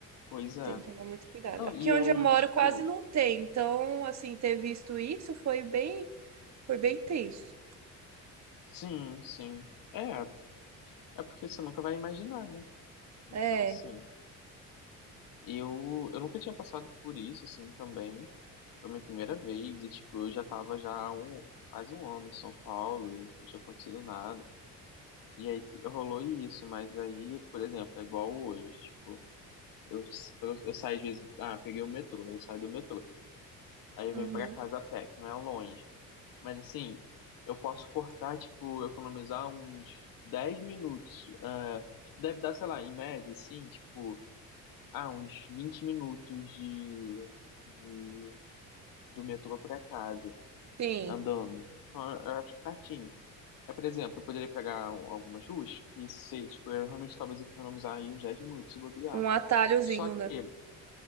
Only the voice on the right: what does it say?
Tem que tomar muito cuidado.
Aqui
onde
eu moro
quase não tem. Então, assim, ter visto isso foi bem, foi bem tenso.
É.
Uhum.
Sim.
Um atalhozinho,
né?